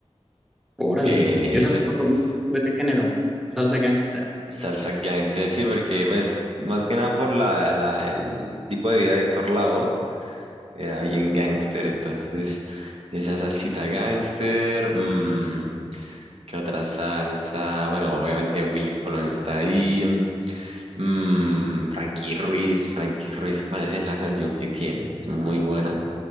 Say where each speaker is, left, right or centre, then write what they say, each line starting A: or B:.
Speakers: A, in the centre; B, on the right.
A: Órale,
B: que
A: esa es
B: pues
A: una de género, salsa gangsta.
B: salsa gangster, sí, porque pues más que nada por la, la- el tipo de vida de Héctor Lavoe, era bien gangster, entonces esa salsita gangster, mm, ¿qué otra salsa? Bueno, obviamente Willy Colón está ahí, mm, Frankie Ruiz, Frankie Ruiz, ¿cuál es la canción que tiene? Es muy buena.